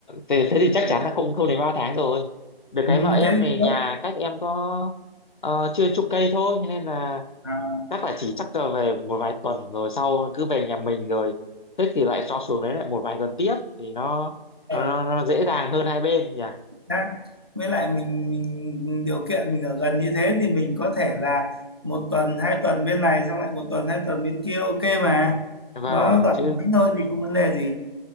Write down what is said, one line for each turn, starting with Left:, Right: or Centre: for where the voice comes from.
Left: thế, thế thì chắc
Right: ừ.
Left: chắn là không không đến 3 tháng rồi. Được cái
Right: Ừm,
Left: vợ em
Right: thế thì
Left: này
Right: tốt
Left: nhà cách em có ờ, chưa chục cây thôi nên là
Right: à,
Left: chắc là chỉ chắc là về một vài tuần rồi sau cứ về nhà mình rồi thích thì lại cho xuống đấy lại một vài tuần tiếp thì nó nó,
Right: à.
Left: nó dễ dàng hơn hai bên nhỉ.
Right: xác với lại mình mình điều kiện mình ở gần như thế thì mình có thể là một tuần hai tuần bên này xong lại một tuần hai tuần bên kia ok mà
Left: Vâng
Right: nó đoạn
Left: chứ
Right: ngắn thôi thì không vấn đề gì